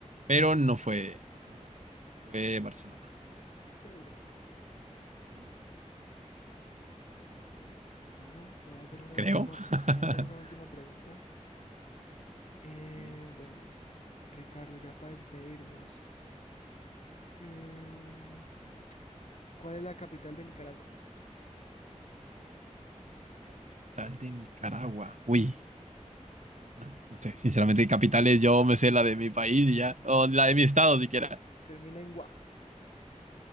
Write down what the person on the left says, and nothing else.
¿Estás seguro?
Ok. Bueno, te voy a hacer una
última,
te voy a hacer una última pregunta. Eh,
bueno, Ricardo, ya para despedirnos. Mm, ¿cuál es la capital de Nicaragua?
Termina en Gua.